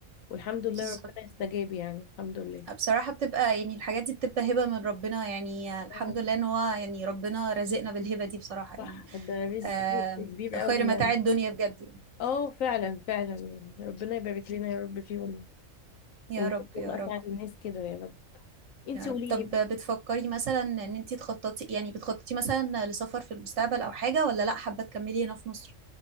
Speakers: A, on the left; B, on the right.
A: والحمد لله
B: بالظبط
A: ربنا استجاب يعني الحمد لله
B: آه، بصراحة بتبقى يعني الحاجات دي بتبقى هبة من ربنا يعني الحمد
A: آه،
B: لله ان هو يعني ربنا رزقنا بالهبة دي بصراحة
A: صح
B: يعني
A: ده رزق
B: آه
A: رزق كبير قوي
B: خير متاع
A: يعني
B: الدنيا بجد يعني.
A: اه فعلا فعلا يعني ربنا يبارك لنا يا رب فيهم
B: يا
A: ونشوفهم
B: رب يا
A: أسعد
B: رب
A: الناس كده يا رب انتي
B: يا رب
A: قولي
B: طب
A: لي
B: بتفكري مثلا ان انتي تخططي يعني بتخططي مثلا لسفر في المستقبل او حاجة ولا لا حابة تكملي هنا في مصر